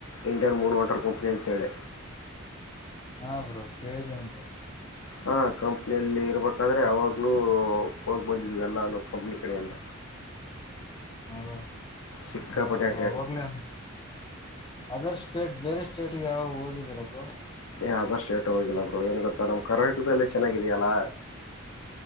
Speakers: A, on the left; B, on the left.
A: Indian moon water company ಅಂತೇಳಿ
B: ಹಾ ಬ್ರ ಕೇಳಿದ್ದೀನ ಬೋ
A: ಹಾಂ ಕಂಪ್ನಿಯಲ್ಲಿ ಇರಬೇಕಾದ್ರೆ ಆವಾಗಲೂ ಹೋಗಿ ಬಂದಿದ್ವಿ ಎಲ್ಲೂ ಕಂಪ್ನಿ ಕಡೆಯಿಂದ
B: ಹೌದಾ
A: ಸಿಕ್ಕಾಪಟ್ಟೆ
B: ಹೌದ
A: ಅಡ್ಡಾಡಿದ್ವಿ
B: ಬಾಗ ನನ್ ಅದರ್ ಸ್ಟೇಟ್ ಬೇರೆ ಸ್ಟೇಟ್ಿಗೆ ಯಾವಾಗ ಹೋಗಿದ್ದೀರಪ್ಪೋ
A: ಯಾವ್ದೋ ಸ್ಟೇಟ್ ಹೋಗಿಲ್ಲ ಬ್ರೋ ಏನ್ ಗೊತ್ತಾ ನಮ್ ಕರ್ನಾಟಕದ ಎಲ್ಲ ಚೆನ್ನಾಗಿದ್ಯಲ್ಲ